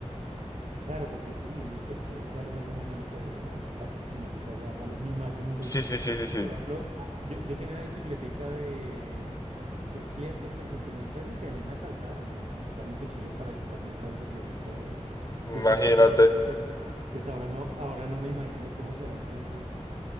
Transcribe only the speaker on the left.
Sí, sí, sí,
sí,
sí,
imagínate,